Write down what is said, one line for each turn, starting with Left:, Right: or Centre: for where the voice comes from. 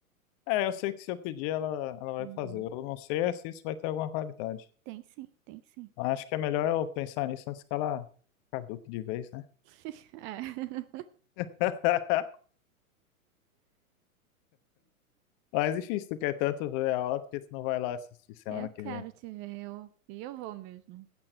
Left: É, eu sei que se eu pedir, ela, ela vai
Right: Uhum.
Left: fazer. Eu não sei é se isso vai ter alguma validade.
Right: Tem sim, tem sim.
Left: Acho que é melhor eu pensar nisso antes que ela caduque de vez, né?
Right: <laughs>
Left: <laughs> Mas enfim, se tu quer tanto ver a aula, por que tu não vai lá assistir semana
Right: É. Eu quero
Left: que vem?
Right: te ver, eu, e eu vou mesmo.